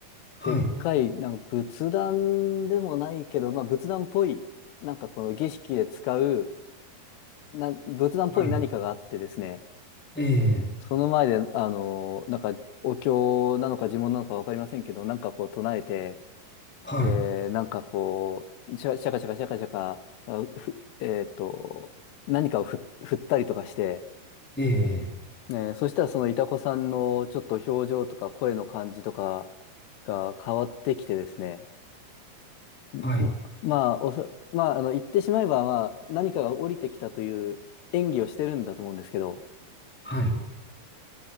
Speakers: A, in the centre; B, on the left.
A: はい。
B: でっかい、なんか仏壇でもないけど、まあ仏壇っぽい、なんかこの儀式で使う、な、仏壇っぽい何かがあってですね、
A: はい。ええ、
B: その前で、あの、なんかお経なのか呪文なのかわかりませんけど、なんかこう唱えて、
A: はい、
B: で、なんかこう、シャシャカシャカシャカシャカ、あふ、えっと、何かをふ振ったりとかして、
A: ええ、
B: ね、そしたらそのいた子さんのちょっと表情とか声の感じとかが変わってきてですね、
A: はい、
B: ま、まあ、おそ、まあ、あの、言ってしまえば、まあ、何かが降りてきたという演技をしてるんだと思うんですけど、
A: はい。